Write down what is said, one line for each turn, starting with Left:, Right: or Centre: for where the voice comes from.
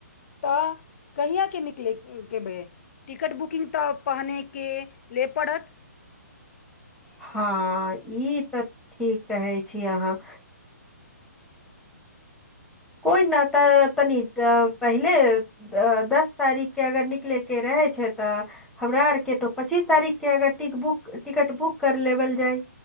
Left: तऽ कहियाके निकले केबै। टिकट बुकिंग तऽ पहनेके ले पड़त।
Centre: हँ ई तऽ ठीक कहै छि अहाँ। कोइ न तऽ तनी ट‌ऽ पहिले। दऽ दस तारीकके अगर निकलेके रहै छै तऽ। हमरा आर के तऽ पच्चीस तारीख के अगर टिक बुक टिकट बुक कर लेवल जाय